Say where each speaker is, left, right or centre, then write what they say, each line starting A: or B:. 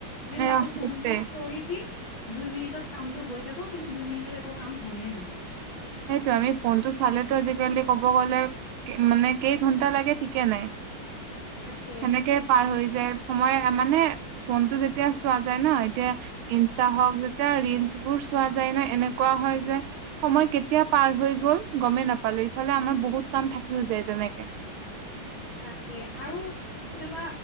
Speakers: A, on the left; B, on the right.
A: আমি
B: এয়া
A: ভাবো
B: সেইটোৱে
A: ফোনটোত কৰি দিম দুই মিনিটত কামটো হৈ যাব কিন্তু দুই মিনিটত একো কাম হৈয়ে নাহে।
B: সেইটোৱে আমি ফোনটো চালেতো আজিকালি কব গ'লে কে মানে কেই ঘন্টা লাগে ঠিকে নাই।
A: তাকে
B: সেনেকে পাৰ হৈ যায় সময়ে তাৰমানে ফোনটো যেতিয়া চোৱা যায় ন এতিয়া ইনষ্টা হক যেতিয়া ৰিলছ বোৰ চোৱা যায় তেনে এনেকুৱা হয় যে সময় কেতিয়া পাৰ হৈ গ'ল গমেই নেপালো ইফালে আমাৰ বহুত কাম থাক কিও যায় তেনেকে?
A: তাকে আৰু কেতিয়াবা